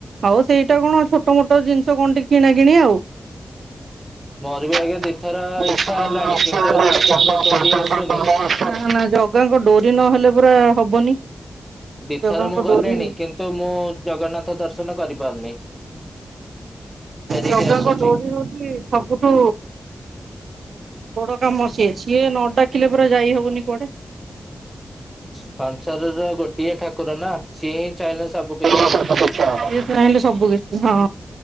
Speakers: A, on the right (about 85°); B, in the centre.
A: ଆଉ ସେଇଟା କଣ ଛୋଟ ମୋଟ ଜିନିଷ କଣ ଟିକେ କିଣା କିଣି ଆଉ। <inaudible>
B: ମୋର ବି ଆଜ୍ଞା ଦିଥର ଇଚ୍ଛା ହେଲାଣି କିନ୍ତୁ ଜଗାଙ୍କ ଡୋରି ଆସୁନି।
A: ନା ନା ଜଗାଙ୍କ ଡୋରି ନହେଲେ ପରା ହବନି।
B: ଦି
A: ଜଗାଙ୍କ
B: ଥର ମୁଁ ଗଲିଣି
A: ଡୋରି
B: କିନ୍ତୁ ମୁଁ ଜଗନ୍ନାଥ ଦର୍ଶନ କରିପାରୁନି। ଫେରିକି
A: ଜଗାଙ୍କ
B: ଆସୁଛି।
A: ଡୋରି ହୋଉଛି ସବୁ ଠୁ ବଡ କାମ ସିଏ ସିଏ ନ ଡାକିଲେ ପରା ଯାଇ ହବନି କୁଆଡେ।
B: ସଂସାରର ଗୋଟିଏ ଠାକୁର ନା ସିଏ ହିଁ ଚାହିଁଲେ ସ
A: ସିଏ ଚାହିଁଲେ ସବୁ କିଛି ହଁ।